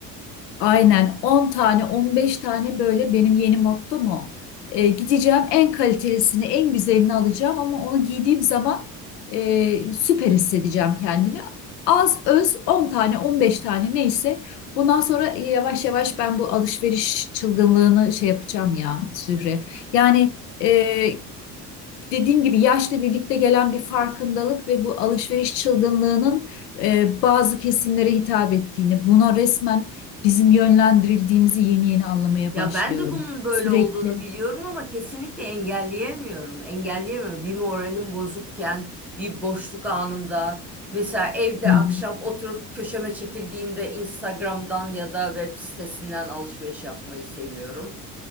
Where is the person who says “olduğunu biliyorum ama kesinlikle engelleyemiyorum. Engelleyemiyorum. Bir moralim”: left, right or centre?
Centre